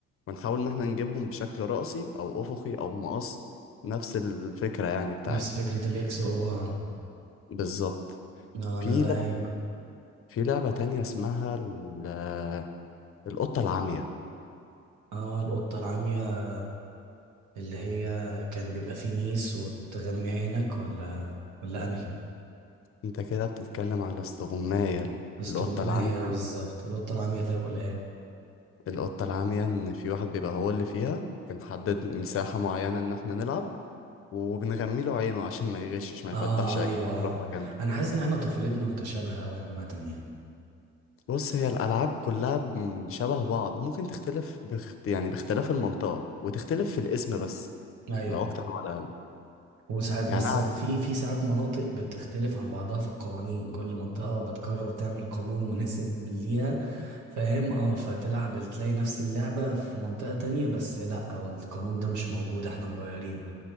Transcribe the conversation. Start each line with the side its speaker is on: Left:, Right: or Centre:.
Left: ونحاول ان احنا نجيبهم بشكل رأسي او افقي او مقص نفس الفكرة يعني بتاعت
Right: نفس فكرة الإكس أو آه
Left: بالظبط
Right: آه،
Left: في
Right: أنا غايب
Left: لعبة في لعبة تانية اسمها ال- القطة العمية
Right: آه القطة العمية اللي هي كان بيبقى فيه ميس وتغمي عينك ولا ولا أنهي
Left: انت كده بتتكلم على استغماية ال-
Right: استغماية
Left: القطة العمية
Right: بالظبط القطة العمية طيب قولها لي
Left: القطة العمية ان في واحد بيبقى هو اللي فيها بنحدد مساحة معينة ان احنا نلعب وبنغمي له عينه عشان ما يغشش ما
Right: آه
Left: يفتحش عينه
Right: أيوة
Left: في
Right: آه
Left: مكان
Right: أنا حاسس إن إحنا طفولتنا متشابهة أوي عامة يعني
Left: بص هي الألعاب كلها بم- شبه بعض ممكن تختلف بخت... يعني باختلاف المنطقة وتختلف في الاسم بس
Right: أيوة
Left: لا أكتر ولا أقل
Right: وساعات بس
Left: يعني أنا
Right: في في ساعات مناطق بتختلف عن بعضها في القوانين كل منطقة بتقرر تعمل قانون مناسب ليها فاهم اه فتلعب تلاقي نفس اللعبة في منطقة تانية بس لا القانون ده مش موجود احنا مغيرينه